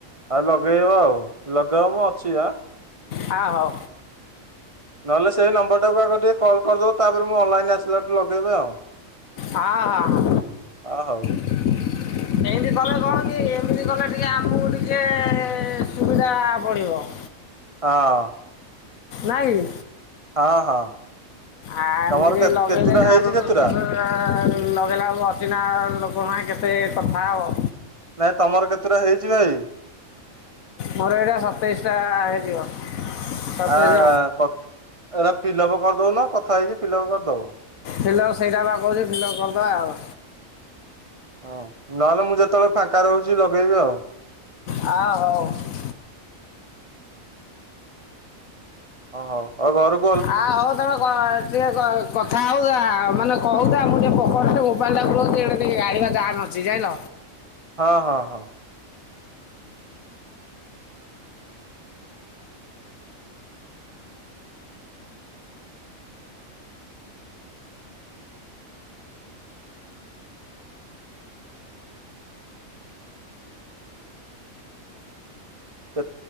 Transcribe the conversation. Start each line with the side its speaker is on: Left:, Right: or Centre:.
Right: ଆଉ ଲଗେଇବ ଆଉ ଲଗାଅ ମୁଁ ଅଛି ଆ?
Left: ହ ହଉ।
Right: ନହେଲେ ସେଇ ନମ୍ବର ଟାକୁ ଆଉ ଥରେ ଟିକେ କଲ କରଦବ, ତାପରେ ମୁଁ ଅନଲାଇନ୍ ଆସ ପିଟଲେଟ ଲଗେଇବେ ଆଉ
Left: ହଁ ହଁ ହଁ
Right: ଆ ହଉ।
Left: <inaudible> ଏମିତି କଲେ କଣ କି ଏମିତି କଲେ ଟିକେ ଆମକୁ ଟିକେ ସୁବିଧା ପଡିବ। <inaudible>
Right: ହଁ।
Left: ନାଇଁ?
Right: ହଁ ହଁ।
Left: ଆ ଏମିତି
Right: ତମର କେ
Left: ଲଗେଇଲେ
Right: କେତୁଟା
Left: ଯାହା
Right: ହେଇଛି
Left: ପାଖୁ
Right: କେତୁଟା
Left: <inaudible> ଆ ଲଗେଇଲା ବଳକୁ ଅଚିହ୍ନା ଲୋକଙ୍କ ସାଙ୍ଗେ କେତେ କଥା ହବ?
Right: ନାଇଁ ତମର କେତୁଟା ହେଇଚି ଭାଇ?
Left: ମୋର ଏଇଟା ସତେଇଶି ଟା ହେଇଯିବ। ସତେଇଶ
Right: ଆ କ ଏରା ଫିଲଅପ କରିଦଉନ କଥା ହେଇକି ଫିଲଅପ କରିଦବ।
Left: ଫିଲ ଅପ ସେଇଟା ବା କହୁଚି ଫିଲ ଅପ୍ କରିଦବା ଆଉ।
Right: ହଁ ନହେଲେ ମୁଁ ଯେତେବେଳେ ଫାଙ୍କା ରହୁଚି ଲଗେଇବି ଆଉ?
Left: ହଁ ହଉ।
Right: ଓ ହୋଉ ଆଉ ଘରୁକୁ
Left: ଆ ହଉ ତମେ କ ଟିକେ କ କଥା ହଉଥା ମାନେ କହୁଥା ମୁଁ ଟିକେ ପକଟରେ ମୋବାଇଲ ଟା ପୁରଉଛି ଏଇଟା ଟିକେ ଗାଡ଼ିବା ଯାମ ଅଛି। ଜି ଯାଇଁ ଲ?
Right: ହଁ ହଁ ହଁ। କେ